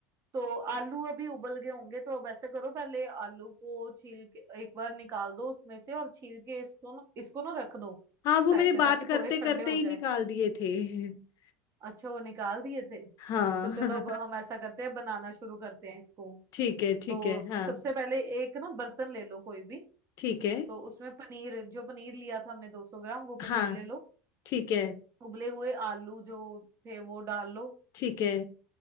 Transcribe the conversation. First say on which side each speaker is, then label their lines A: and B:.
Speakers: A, on the right (about 40°); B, on the left (about 50°).
A: तो आलू अभी उबल गए होंगे तो अब ऐसे करो पहले आलू को छील के एक बार निकाल दो उसमें से और छील के इसको ना इसको ना रख दो
B: हाँ वो
A: साइड
B: मैंने
A: पे
B: बात
A: ताकि
B: करते
A: थोड़े ठंडे
B: करते
A: हो
B: ही निकाल दिए थे <laughs>
A: अच्छा वो निकाल दिए थे
B: हाँ
A: तो चलो
B: <laughs>
A: अब हम ऐसा करते हैं बनाना शुरू करते हैं इसको
B: ठीक है ठीक
A: तो
B: है हाँ
A: सबसे पहले एक ना बर्तन ले लो कोई भी
B: ठीक है
A: तो उसमें पनीर जो पनीर लिया था हमने 200 ग्राम वो
B: हाँ
A: पनीर ले लो
B: ठीक है
A: उबले हुए आलू जो थे वो डाल लो
B: ठीक है